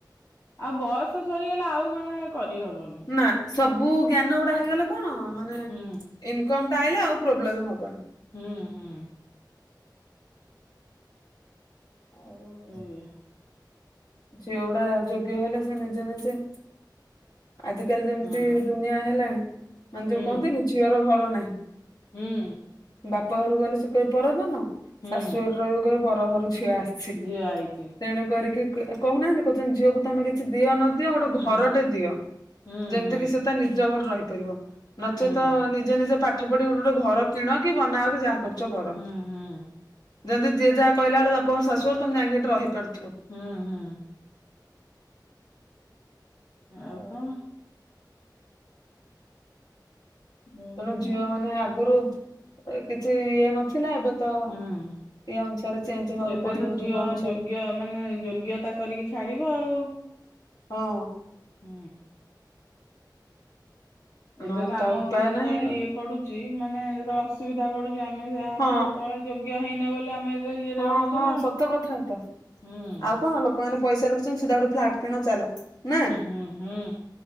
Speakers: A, on the left; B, on the left.
A: ଆଉ ବୟସ ସରିଗଲା ଆଉ ମାନେ କରିହବନି।
B: ନା ସବୁ ଜ୍ଞାନ ଗୁଡା ହେଇଗଲେ କଣ ମାନେ
A: ହୁଁ
B: ଇନକମଟା ଆଇଲେ ଆଉ ପ୍ରୋବ୍ଲେମ ହବନି।
A: ହୁଁ ହୁଁ
B: ଆଉ
A: ସେଇଆ
B: ଝିଅ ଗୁଡା ଯୋଗ୍ୟ ହେଲେ ସେ ନିଜେ ନିଜେ ଆଜିକାଲି ଯେମିତି
A: ହୁଁ
B: ଦୁନିଆ ହେଲାଣି ମାନେ
A: ହୁଁ
B: ଯୋଉ କହନ୍ତିନି ଝିଅର ଘରନାହିଁ।
A: ହୁଁ।
B: ବାପ ଘରକୁ ଗଲେ ସେ କହିବେ ପରଧନ
A: ହୁଁ
B: ଶାଶୁ ଘରେ ରହିବୁ କହିବେ ପରଘରୁ ଝିଅ ଆସି। ଛି
A: ଝିଅ ଆଇଛି।
B: ତେଣୁ କରିକି କହୁନାହାନ୍ତି କହୁଚନ୍ତି ଝିଅକୁ ତମେ କିଛି ଦିଅ ନଦିଅ ଗୋଟେ
A: ହୁଁ
B: ଘରଟେ
A: ହୁଁ
B: ଦିଅ।
A: ହୁଁ
B: ଯେମିତି
A: ହୁଁ
B: କିି ସେ ତା ନିଜ ଘରେ ରହିପାରିବ ନଚେତ
A: ହୁଁ
B: ନିଜେ ନିଜେ ପାଠ ସେପଟେ ଗୋଟେ ଗୋଟେ ଘର କିଣକି ବନାଅକି ଯାହା କରୁଚ କର।
A: ହୁଁ ହୁଁ
B: ଯେମିତି ଯି ଯାହା କହିଲା ବେଳକୁ ବାପଘର ଶାଶୁଘର ତମେ ଯାଇ ଏଠି ରହିପାରୁଥିବ।
A: ହୁଁ ହୁଁ ଅଉ
B: ଆଉ
A: କଣ? ଏମିତି
B: ତେଣୁ ଝିଅ
A: ଆଉ
B: ମାନେ ଆଗରୁ କିଛି ଇଏ ନଥିଲା ଏବେ ତ
A: ହୁଁ
B: ଏଇ ଅନୁସାରେ ଚେଞ୍ଜ ହେବାକୁ
A: ଏବେ
B: ପଡିବ
A: ତ ଝିଅ
B: ଯୁଗ ଅନୁସାରେ।
A: ଯୋଗ୍ୟ ମାନେ ଯୋଗ୍ୟତା କରିକି ଛାଡିବ ଆଉ
B: ହଁ।
A: ହୁଁ।
B: ନହେଲେ
A: ଏବେପା
B: ତ
A: ଆମ
B: ଆଉ ଉପାୟ
A: ଉପରେ ଯେତେବେଳେ
B: ନାହିଁ ଆଉ
A: ଇଏ ପଡୁଚି ଚି ମାନେ ଯେତେବେଳେ ଅସୁବିଧା ପଡୁଛି ଆମେ ସେତେବେଳେ
B: ହଁ
A: ଯୋଗ୍ୟ ହେଇନେ ବୋଲି ଆମେ ଏବେ ଇଏରେ
B: ହଁ
A: ରହୁଛେ
B: ହଁ
A: ନା
B: ସତ
A: ଆଉ
B: କଥାତ
A: ହୁଁ
B: ଆଉ କଣ ଲୋକମାନେ ପଇସା ରଖୁଛନ୍ତି ସିଧା ଗୋଟେ ଫ୍ଲାଟ କିଣ ଚାଲ ନା।
A: ହୁଁ ହୁଁ ହୁଁ